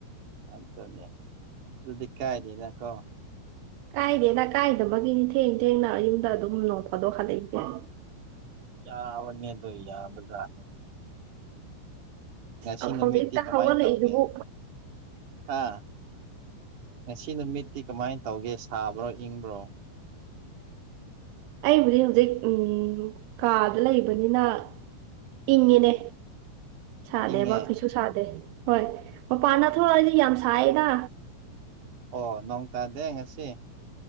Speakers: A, on the right; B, on the right.
A: ꯑꯗꯨꯗꯅꯦ ꯑꯗꯨꯗꯤ ꯀꯥꯏꯗ‌ꯦꯅ ꯀꯣ
B: ꯀꯥꯏꯗꯦꯗ ꯀꯥꯏꯗꯕꯒꯤꯅꯤ ꯊꯦꯡ ꯊꯦꯡꯅ ꯌꯨꯝꯗ ꯑꯗꯨꯝ ꯐꯥꯗꯣꯛ ꯍꯜꯂꯛꯏꯁꯦ
A: ꯌꯥꯕꯅꯦꯗꯣ ꯌꯥꯕꯖꯥꯠꯅꯦ ꯉꯁꯤ
B: ꯑꯁ
A: ꯅꯨꯃꯤꯠꯇꯤ
B: ꯍꯧꯖꯤꯛꯇ
A: ꯀꯃꯥꯏ
B: ꯍꯧꯒꯠꯂꯛꯏꯗꯨꯕꯨ
A: ꯇꯧꯒꯦ ꯍꯥ ꯉꯁꯤ ꯅꯨꯃꯤꯠꯇꯤ ꯀꯃꯥꯏ ꯇꯧꯒꯦ ꯁꯥꯕ꯭ꯔꯣ ꯏꯪꯕ꯭ꯔꯣ
B: ꯑꯩꯕꯨꯗꯤ ꯍꯧꯖꯤꯛ ꯎꯝ ꯀꯥꯗ ꯂꯩꯕꯅꯤꯅ ꯏꯪꯉꯤꯅꯦ ꯁꯥꯗꯦꯕ
A: ꯏꯪꯉꯦ
B: ꯀꯩꯁꯨ ꯁꯥꯗꯦ ꯍꯣꯏ ꯃꯄꯥꯟꯅ ꯊꯣꯛꯑꯗꯤ ꯌꯥꯝ ꯁꯥꯏꯗ
A: ꯑꯣ ꯅꯣꯡ ꯇꯥꯗꯦ ꯉꯁꯤ